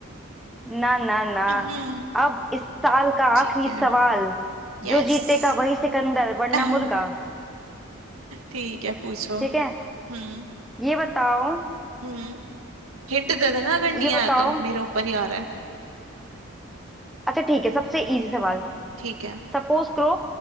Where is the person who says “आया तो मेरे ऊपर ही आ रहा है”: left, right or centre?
Right